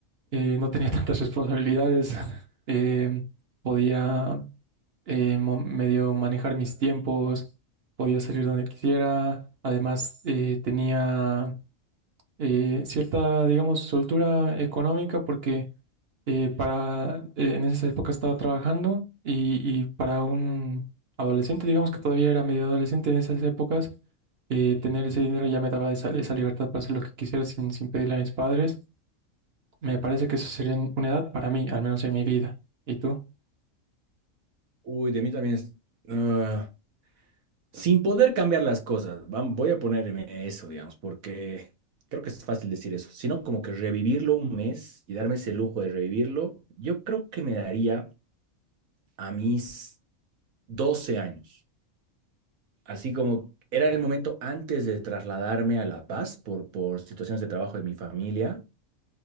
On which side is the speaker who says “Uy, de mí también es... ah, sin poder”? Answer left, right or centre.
Right